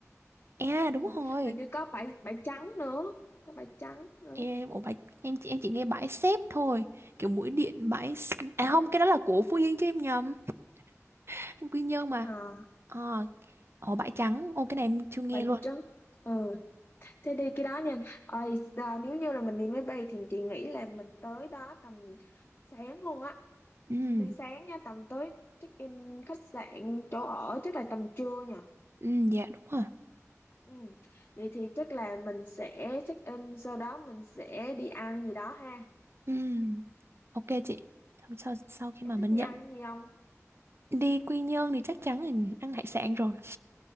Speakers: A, on the right; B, on the left.
A: À
B: Ừ.
A: đúng rồi.
B: Hình như có bãi bãi trắng nữa, có bãi trắng nữa.
A: Em ủa bãi, em chị em chỉ nghe bãi xếp thôi. Kiểu mũi điện bãi S- à không,
B: Ừ.
A: cái đó là của Phú Yên chứ em nhầm. <laughs> Quy Nhơn
B: Đi
A: mà.
B: hả?
A: Ờ, ồ bãi trắng. Ô cái này em chưa nghe
B: Bãi
A: luôn.
B: trắng. Ừ. Thế đi cái đó nha. Ôi, giờ nếu như là mình đi máy bay thì chị nghĩ là mình tới đó tầm sáng luôn á.
A: Ừ,
B: Đi sáng nha, tầm tới check in khách sạn chỗ ở chắc là tầm trưa nhỉ?
A: ừ dạ đúng rồi.
B: Ừ. Vậy thì chắc là mình sẽ check in sau đó mình sẽ đi ăn gì đó ha.
A: Ừ, ok chị. Sau sau khi
B: Em
A: mà
B: thích
A: mình
B: đi
A: nhận
B: ăn gì không?
A: đi Quy Nhơn thì chắc chắn là ăn hải sản rồi.